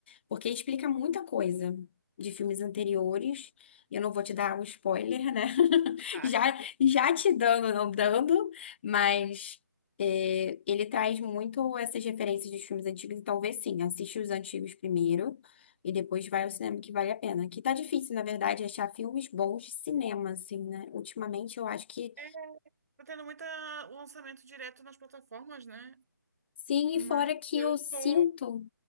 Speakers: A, on the left (about 30°); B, on the right (about 50°).
A: porque explica muita coisa de filmes anteriores. E Eu não vou te dar o spoiler, né? <laughs>
B: Ah,
A: Já, já te dando, não dando, mas é, ele traz muito essas referências dos filmes antigos. Então, vê sim, assiste os antigos primeiro e depois vai ao cinema que vale a pena. Que tá difícil, na verdade, achar filmes bons de cinema, assim, né? Ultimamente eu acho que
B: É, tá tendo muito lançamento direto nas plataformas, né?
A: Sim,
B: Mas
A: e fora que
B: eu
A: eu sinto,
B: tô.